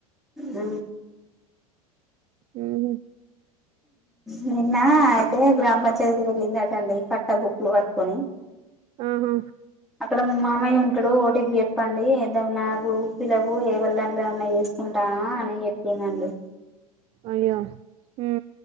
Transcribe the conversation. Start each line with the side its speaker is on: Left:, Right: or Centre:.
Centre: అ
Right: హ
Centre: నిన్న అయితే గ్రామ పంచాయతీకిి వెళ్ళింది అటండి పట్టా బుక్కులు పట్టుకొని
Right: ఆహా
Centre: అక్కడ మీ మామయ్య ఉంటాడు ఓటీకి చెప్పండి ఏదమన్నా గూగుల్ పిలవు ఏవళ దాంలో ఏన్నా చేసుకుంటా ఆ అనే ఎప్పడందండి
Right: అయ్యో హ